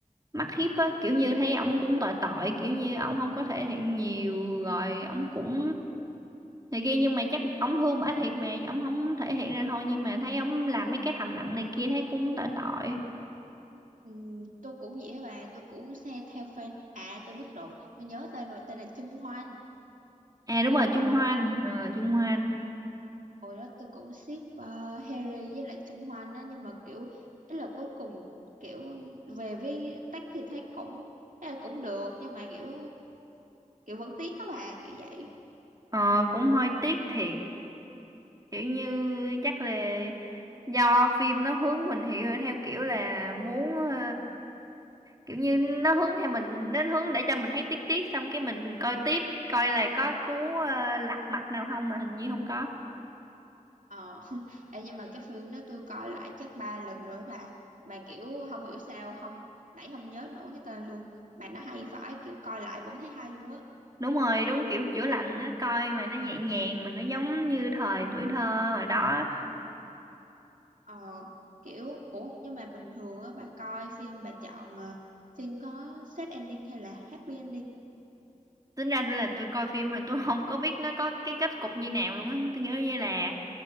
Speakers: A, on the right; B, on the right.
A: mắt hiếp á kiểu như thấy ổng cũng tội tội kiểu như ổng không có thể hiện nhiều rồi ổng cũng này kia nhưng mà chắc ổng thương bả thiệt mà ổng không thể hiện ra thôi nhưng mà thấy ổng làm mấy cái thầm lặng này kia thấy cũng tội tội
B: Ừm, tôi cũng vậy á bà tôi cũng xe theo fan à tôi biết rồi tôi nhớ tên rồi tên là Trung Hoan
A: à đúng rồi Trung Hoan ờ, Trung Hoan
B: hồi đó tôi cũng ship ờ, Harry với lại Trung Hoan á nhưng mà kiểu ấy là cuối cùng kiểu về với Tắc thì thấy cũng ấy là cũng được nhưng mà kiểu kiểu vẫn tiếc á bà kiểu vậy
A: ờ, cũng hơi tiếc thiệt kiểu như chắc là do phim nó hướng mình hiểu theo kiểu là muốn ờ, kiểu như nó hướng theo mình đến hướng để cho mình thấy tiếc tiếc xong cái mình coi tiếp coi là có cú ờ, lật mặt nào không mà hình như không có
B: ờ <laughs> Ê, nhưng mà cái phim đó tôi coi lại chắc ba lần rồi á bà mà kiểu không hiểu sao không nãy không nhớ nổi cái tên luôn mà nó hay vãi kiểu coi lại vẫn thấy hay luôn á
A: đúng rồi đúng kiểu chữa lành nó coi mà nó nhẹ nhàng mà nó giống như thời tuổi thơ hồi đó á.
B: ờ kiểu ủa nhưng mà bình thường á bà coi phim bà chọn ờ, phim có sad ending hay là happy ending
A: tính ra tôi là tôi coi phim rồi tôi <laughs> không có biết nó có cái kết cục như nào luôn á tôi nghĩ như là